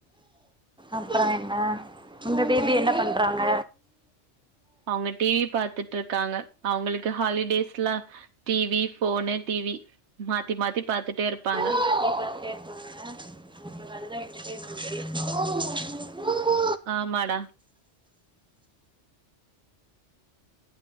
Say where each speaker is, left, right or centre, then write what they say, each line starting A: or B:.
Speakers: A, in the centre; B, on the right.
A: அப்றோ என்ன உங்க பேபி என்ன பண்றாங்க
B: அவுங்க டி வி பாத்துட்ருக்காங்க அவுங்ளுக்கு ஹாலிடேஸ்ல T V phone T V மாத்தி மாத்தி பாத்துட்டேருப்பாங்க
A: மாத்தி பாத்துட்டே இருப்பாங்க அவங்களுக்கு <inaudible>
B: ஆமாடா